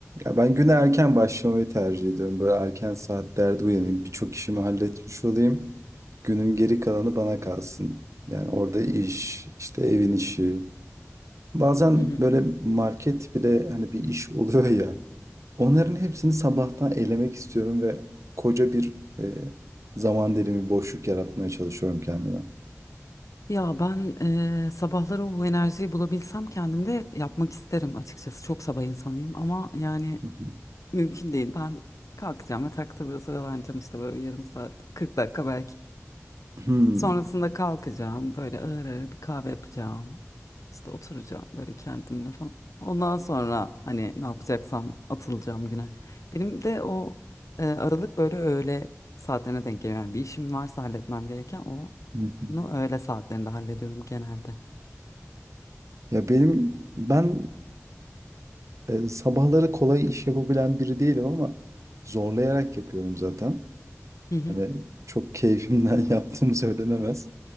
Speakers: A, on the right; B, on the left.
A: Ya ben güne erken başlamayı tercih ediyorum. Böyle erken saatlerde uyanayım. Birçok işimi halletmiş olayım. Günün geri kalanı bana kalsın. Yani orada iş, işte evin işi. Bazen
B: Hı hı.
A: böyle market bile hani bir iş oluyor ya. Onların hepsini sabahtan elemek istiyorum ve koca bir e, zaman dilimi boşluk yaratmaya çalışıyorum kendime.
B: Ya ben eee, sabahları o enerjiyi bulabilsem kendimde yapmak isterim açıkçası. Çok sabah insanıyım ama yani
A: Hı hı.
B: mümkün değil. Ben kalkacağım yatakta biraz oyalanacağım işte böyle yarım saat, 40 dakika belki.
A: Hmm.
B: Sonrasında kalkacağım. Böyle ağır ağır bir kahve yapacağım. İşte oturacağım böyle kendimle falan. Ondan sonra hani ne yapacaksam atılacağım güne. Benim de o e, aralık böyle öğle saatlerine denk geliyor. Yani bir işim varsa halletmem gereken onu
A: Hı hı.
B: öğle saatlerinde hallediyorum genelde.
A: Ya benim ben E, sabahları kolay iş yapabilen biri değilim ama zorlayarak yapıyorum zaten.
B: Hı hı
A: Hani çok keyfimden <laughs> yaptığım söylenemez.